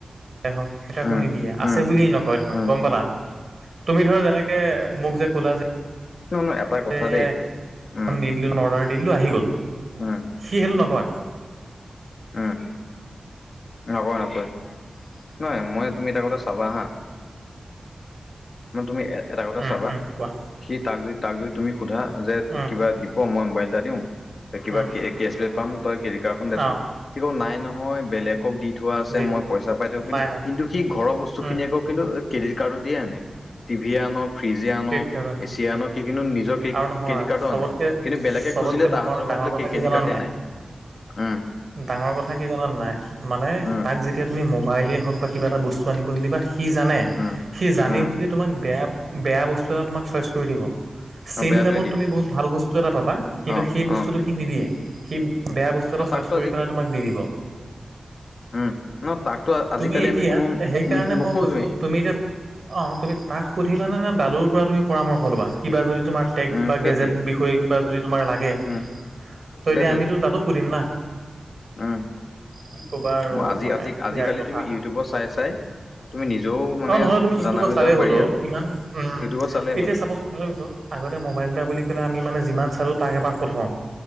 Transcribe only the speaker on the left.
উম
উম
উম
<unintelligible>
দেই
উম
উম
উম নকয় নকয়, নহয় মই তুমি এটা কথা চাবা হা তুমি এটা কথা
চাবা
সেই তাক জুই তাক জুই তুমি সোধা যে
কিবা দিব্য মই মোবাইল এটা দিওঁ কিবা
কে কেচবেক পাম তই ক্ৰেডিট কাৰ্ডখন
দেচোন সি কব নাই নহয় বেলেগক দি থোৱা আছে
মই পইচা পাই থাকো কিন্তু
কিন্তু সি ঘৰৰ বস্তু
খিনি আকৌ কিন্তু ক্ৰেডিট কাৰ্ডৰ দিয়ে আনে, টিভি আনক, ফ্ৰীজে আনক,
এচি আনক সি কিন্তু নিজৰ কে
ক্ৰেডিট কাৰ্ডৰ
আনে, কিন্তু বেলেগে
খুজিলে তাহাতৰ
আক
বোলে
ক্ৰেডিট
কাৰ্ডেই নাই। উম
উম
উম
উম
অ বেয়াটোৱে
দিয়ে
অ
অ
তাকতো
আজি
উম, ন তাকতো আজিকালি
আমি কোনো
ন- নুসুধোৱে।
উম,
সেইটোৱে
উম,
সেইটোৱে
উম,
অ আজি
আজি আজিকালি
তুমি ইউটিউবত চাই চাই তুমি নিজেও মানে
জানা হৈ
যাব
পাৰি
আৰু,
ইউটিউবত চালেই
হ'ল।